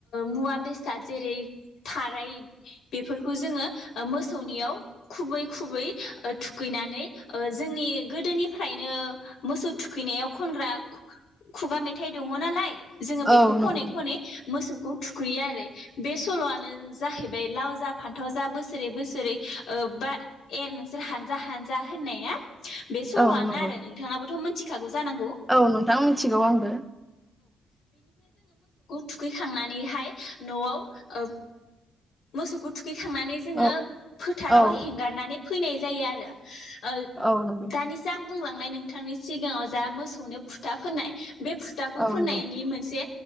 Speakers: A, on the left (about 70°); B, in the centre.
A: मुवा बेसाद जेरै थाराय बेफोरखौ जोङो मोसौनियाव खुबै खुबै थुखैनानै जोंनि गोदोनिफ्रायनो मोसौ थुखैनायाव खनग्रा खुगा मेथाइ दङ नालाय जोङो बेखौ
B: औ
A: खनै
B: नंगौ
A: खनै मोसौ थुखैयो आरो बे सलआनो जाहैबाय लाव जा फान्थाव जा बोसोरै बोसोरै बा एर नोंसोर हानजा हानजा होननाया बे सलआनो
B: औ नंगौ
A: आरो नोंथाङाबोथ मोन <inaudible> <unintelligible> जानांगौ
B: औ नोंथां मिथिगौ आंबो
A: थुखैखांनानैहाय न'आव ओं मोसौखौ थुखै खांनानै जोङो
B: औ
A: फोथारावहाय
B: औ
A: हेंगारनानै फैनाय जायो आरो
B: औ नंगौ
A: दानिसो आं बुंलांनाय नोंथांनि सिगाङाव जा मोसौनो फुथा फोनाय बे फोथाखौ
B: औ
A: फोननायनि
B: नंगौ
A: मोनसे